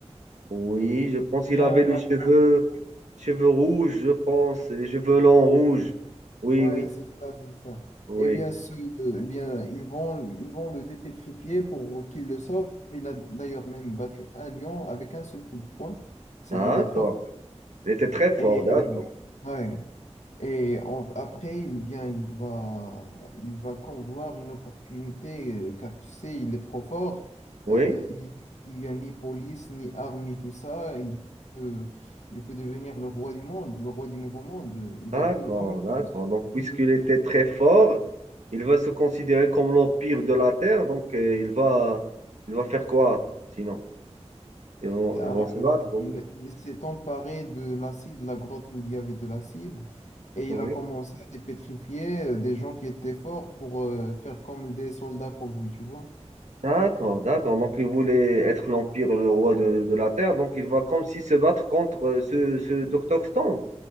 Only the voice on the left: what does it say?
Eh
Bien,
la
Ouais,
c'est ça, c'est ça.
Eh bien, ce, euh, eh bien, ils vont, ils vont le dépétrifier pour qu'il le sauve. Il a d'ailleurs même battu un lion avec un seul coup de poing. C'est,
il est trop.
Et,
ouais. Et en- après, il vient, il va, il va comme voir une opportunité, euh, car tu sais, il est trop fort.
Euh, il il n'y a ni police, ni armes, ni tout ça. Il peut, il peut devenir le roi du monde, le roi du nouveau monde. Il
a vu le, comme
une comme
une opportunité.
Et alors,
il,
il- il s'est emparé de l'acide, la grotte où il y avait de l'acide, et
il a commencé à dépétrifier euh, des gens qui étaient forts pour euh, faire comme des soldats pour lui, tu vois.